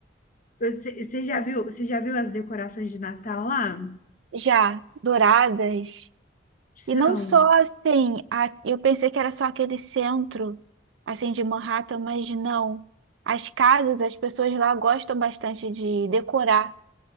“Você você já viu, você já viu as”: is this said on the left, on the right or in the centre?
Left